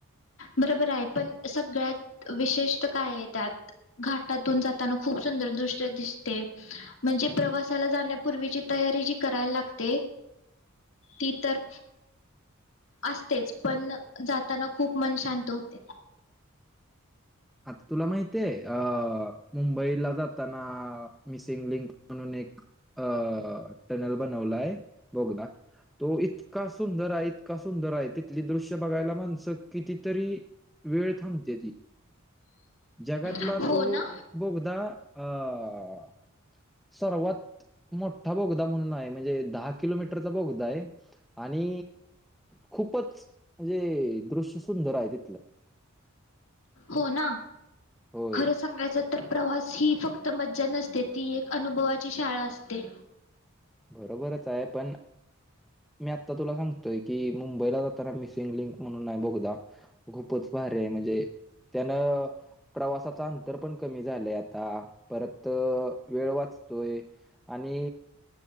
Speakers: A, on the left; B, in the centre.
A: बरोबर आहे पण सगळ्यात विशेष्ट काय आहे त्यात घाटातून जाताना खूप सुंदर दृष्ट दिसते म्हणजे प्रवासाला जाण्यापूर्वीची तयारी जी करायला लागते ती तर आसतेच पण जाताना खूप मन शांत होते.
B: आता तुला माहिती हे अ मुंबईला जाताना मिसिंग लिंक म्हणून एक अ <unintelligible> बनवलाय बोगदा तो इतका सुंदर आहे. इतका सुंदर हाय तिथली दृश्य बघायला माणसं कितीतरी वेळ थांबत्याती. जगातला
A: हो
B: तू
A: ना
B: बोगदा अं सर्वात मोठा बोगदा म्हणून आहे. म्हणजे दहा किलोमीटरचा बोगदा आहे. आणि खूपच म्हणजे दृश्य सुंदर आहे तिथलं.
A: हो ना.
B: होय
A: खरं सांगायचं तर, प्रवास ही फक्त मज्जा नसते. ती एक अनुभवाची शाळा असते.
B: बरोबरच आहे पण मी आता तुला सांगतोय कि मुंबईला जाताना मिसिंग लिंक म्हणून आहे बोगदा खूपच भारी आहे म्हणजे त्यानं प्रवासाच अंतर पण कमी झालंय आता परत वेळ वाचतोय आणि